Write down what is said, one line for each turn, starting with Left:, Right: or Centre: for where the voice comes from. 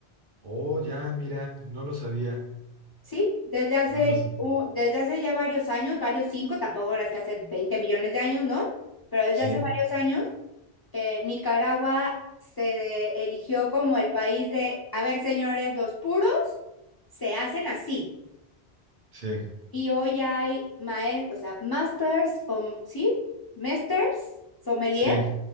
Right: Oh, ya, mira, no lo sabía.
Left: Sí, desde hace,
Right: No lo sé.
Left: u- desde hace ya varios años, varios cinco, tampoco es que hace 20 millones de años, ¿no? Pero desde
Right: Sí,
Left: hace varios años, eh, Nicaragua se erigió como el país de, a ver, señores, los puros se hacen así.
Right: sí,
Left: Y hoy hay mae- o sea, masters, o, sí, masters, sommelier,
Right: sí,